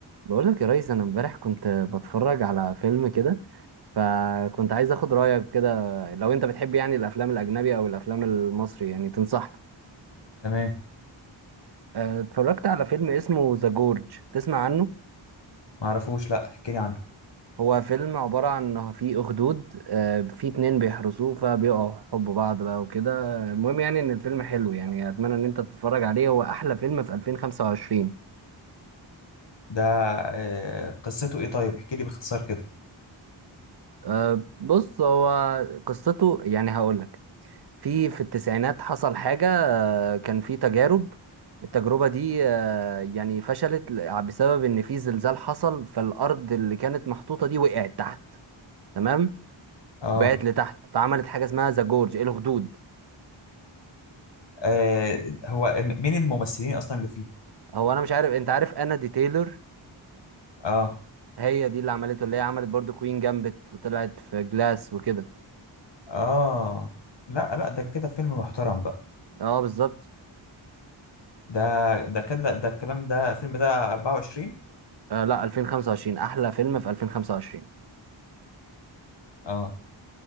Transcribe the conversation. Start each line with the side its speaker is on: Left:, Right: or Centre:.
Right: بقول لك يا ريس انا امبارح كنت بتفرج على فيلم كده فكنت عايز اخد رايك كده لو انت بتحب يعني الافلام الاجنبيه او الافلام المصري يعني تنصحني
Left: تمام
Right: أه، اتفرجت على فيلم اسمه ذا جورج تسمع عنه
Left: ما اعرفوش لا احكي لي عنه
Right: هو فيلم عباره عن إن في اخدود أه، في اتنين بيحرسوه فبيقعوا حب بعض بقى وكده المهم يعني ان الفيلم حلو يعني اتمنى ان انت تتفرج عليه هو احلى فيلم في 2025
Left: ده آه، قصته ايه طيب احكي لي باختصار كده
Right: أه، بص هو قصته يعني هقول لك في في التسعينات حصل حاجة كان في تجارب التجربة دي آه، يعني فشلت ل- بسبب إن في زلزال حصل فالأرض اللي كانت محطوطة دي وقعت تحت تمام
Left: اه
Right: وقعت لتحت فعملت حاجة اسمها ذا جورج الخدود
Left: آه، هو الم- مين الممثلين اصلا اللي فيه
Right: هو أنا مش عارف أنت عارف أنا دي تايلور
Left: اه
Right: هي دي اللي عملته اللي هي عملت برضو كوين جامبت وطلعت في جلاس وكده
Left: اه لا لا ده كده فيلم محترم بقى
Right: اه بالظبط
Left: ده ده كده ده الكلام ده الفيلم ده 24
Right: آه لا 2025 أحلى فيلم في 2025
Left: اه